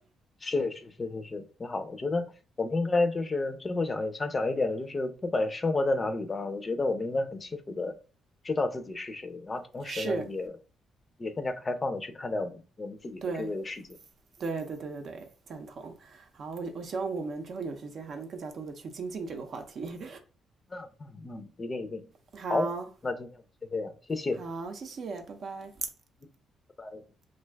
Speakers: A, on the left (about 30°); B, on the right (about 55°).
A: 是是是是是，挺好。我觉得我们应该就是最后想想讲一点的，就是不管生活在哪里吧，我觉得我们应该很清楚的知道自己是谁，然后同时呢，
B: <laughs> 是
A: 也也更加开放的去看待我们我们自己和周围的世界。
B: 对。对对对对对，赞同。好，我我希望我们之后有时间还能更加多的去精进这个话题。
A: 嗯嗯嗯，一定一定。
B: <laughs> 好，
A: 好，那今天我们先这样，谢谢，
B: 好，谢谢，拜拜。
A: 嗯，拜拜。